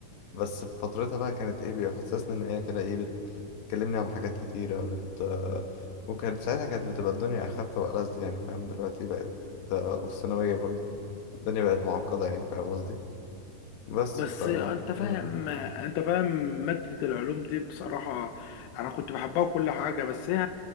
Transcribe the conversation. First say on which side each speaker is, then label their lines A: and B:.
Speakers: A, on the left; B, on the left.
A: بس في فترتها بقى كانت إيه بيحسسني إن هي كده إيه بتكلمني عن حاجات كتيرة بت آه وكانت ساعتها كانت بتبقى الدنيا أخف وألذ يعني فاهم دلوقتي بقت آه، وفي الثانوية برضه الدنيا بقت معقدة يعني فاهم قصدي بس
B: بس
A: ف
B: انت فاهم
A: مم.
B: انت فاهم مادة العلوم دي بصراحة انا كنت بحبها وكل حاجة بس هي